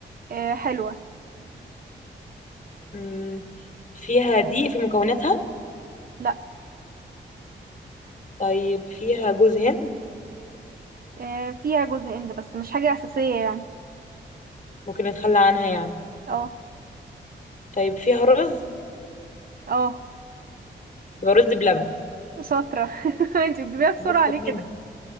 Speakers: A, on the right; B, on the left.
A: آه حلوة
B: مم. فيها دقيق في مكوناتها
A: لا
B: طيب فيها جوز هند
A: آه فيها جزء اند بس مش حاجة أساسية يعني
B: ممكن نتخلى عنها يعني
A: اه
B: طيب فيها رز
A: اه
B: يبقى رز بلبن
A: شاطرة <laughs> انتي بتجيبيها بسرعة
B: اكتر
A: ليه
B: مني
A: كده